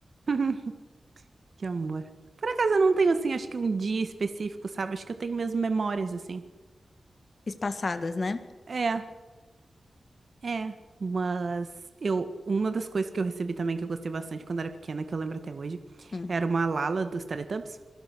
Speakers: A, on the right; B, on the left.
A: <laughs> Que amor. Por acaso eu não tenho, assim, acho que um dia específico, sabe? Acho que eu tenho mesmo memórias, assim.
B: Espaçadas, né?
A: É, é. Mas eu, uma das coisas que eu recebi também que eu gostei bastante quando era pequena, que eu lembro até hoje,
B: Hum.
A: era uma Lala dos Teletubbies.